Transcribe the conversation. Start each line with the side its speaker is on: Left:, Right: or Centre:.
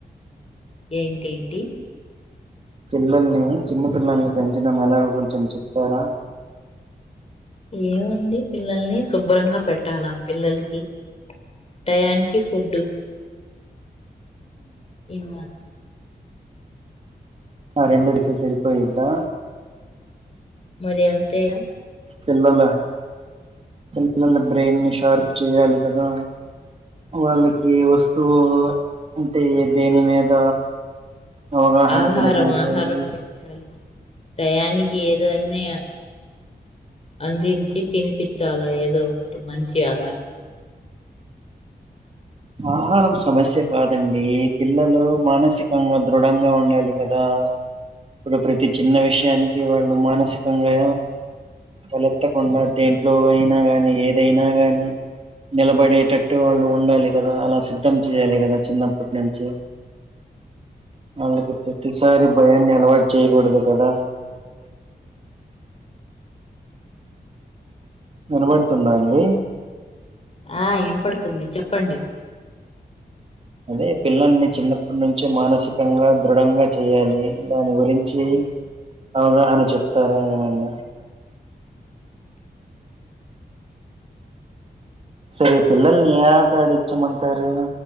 Left: ఏంటేంటి
Right: పిల్లల్ని చిన్నపిల్లల్ని పెంచడం ఎలాగో కొంచెం చెప్తారా
Left: ఏముంది పిల్లల్ని శుభ్రంగా పెట్టాల పిల్లలకి టయానికి ఫుడ్డు ఏ వాత <unintelligible>
Right: ఆ రెండు డిసిస్ సరిపోయిద్దా
Left: మరి అంతేగా
Right: పిల్లల పిల్లల బ్రెయిన్ ని షార్ప్ చేయాలి కదా వాళ్ళకి ఏ వస్తువు అంటే దేని మీద అవగాహన
Left: ఆహారం
Right: కనిపించాలి
Left: ఆహారం పెట్టాలి టయానికి ఏదన్నే అందించి తినిపిచాల ఏదో ఒకటి మంచి ఆహారం
Right: ఆహారం సమస్య కాదండి పిల్లలు మానసికంగా దృఢంగా ఉండాలి కదా ఇప్పుడు ప్రతి చిన్న విషయానికి వాళ్ళు మానసికంగా తలెత్తకుండా దేంట్లో అయినా గాని ఏదైనా గాని నిలబడేటట్టు వాళ్ళు ఉండాలి గదా అలా సిద్ధం చేయాలి గదా చిన్నప్పుట్నించి వాళ్ళకి ప్రతిసారి భయాన్ని ఆలవాటు చేయగుడదు గదా వినబడుతుందా అండి
Left: ఆ ఇనపడుతుంది చెప్పండి
Right: అదే పిల్లల్ని చిన్నప్పుట్నుంచి మానసికంగా దృఢంగా చెయ్యాలి దాని గురించి అవగాహన చెప్తారా ఏమన్నా సరే పిల్లల్నియా కాడ్డిచ్చమంటారు